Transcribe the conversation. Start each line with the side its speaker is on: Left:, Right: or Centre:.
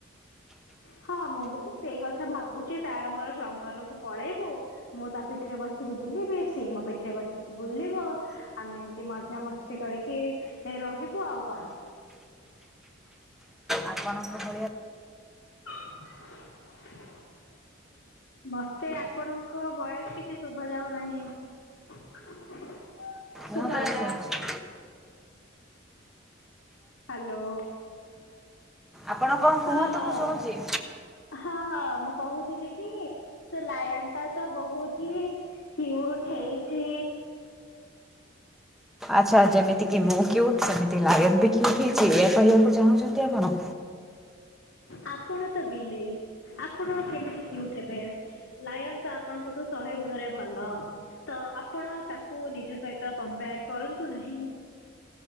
Left: ହଁ ମୁଁ ବି ତ ସେଇ କଥା ଭାବୁଛି ତାର ମୋର ଜଙ୍ଗଲ କୁ ପଳେଇବୁ। ମୁଁ ତା ପିଠିରେ ବସିକି ବୁଲିବି ସିଏ ମୋ ପିଠିରେ ବସିକି ବୁଲିବ। ଆମେ ଏମିତି ମଜ ମସ୍ତି କରିକି ରହିବୁ ଆଉ କଣ?
Centre: ଆପଣଙ୍କ ଭଳିଆ
Left: <inaudible> ମତେ ଆପଣଙ୍କ ଭୟସ କିଛି ଶୁଭା ଯାଉନାହିଁ। <inaudible>
Centre: <inaudible>
Left: ଶୁଭା ହେଲା ହ୍ୟାଲୋ।
Centre: ଆପଣ କଣ
Left: ହଁ
Centre: କୁହନ୍ତୁ?
Left: ହଁ
Centre: ମୁଁ ଶୁଣୁଛି।
Left: ହଁ ହଁ ମୁଁ କହୁଥିଲି କି? ସେ ଲାୟନ ଟା ତ ବହୁତ ହି କ୍ୟୁଉଟ୍ ହେଇଛି।
Centre: ଆଚ୍ଛା ଯେମିତି କି ମୁଁ କ୍ୟଉଟ ସେମିତି ଲାୟନ ବି କ୍ୟଉଟ୍ ହେଇଛି ଏଇଆ କହିବାକୁ ଚାହୁଁଛନ୍ତି ଆପଣ?
Left: ଆପଣ ତ ବିଲେଇ ଆପଣ କେମିତି କ୍ୟୁଉଟ୍ ହେବେ? ଲାୟନ ତ ଆପଣଙ୍କଠୁ ଶହେ ଗୁଣରେ ଭଲ। ତ ଆପଣ ତାକୁ ନିଜ ସହିତ କମ୍ପାୟାର କରନ୍ତୁ ନାହିଁ।